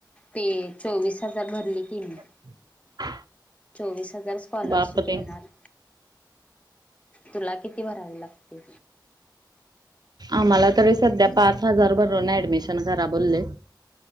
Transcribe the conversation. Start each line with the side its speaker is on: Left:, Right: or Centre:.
Left: ते चोवीस हजार भरले की मी
Right: <inaudible>
Left: चोवीस हजार स्कॉलरशिप
Right: बापरे!
Left: येणार तुला किती भरावे लागते
Right: आम्हाला तरी सध्या पाच हजार भर ऍडमिशन करा बोलले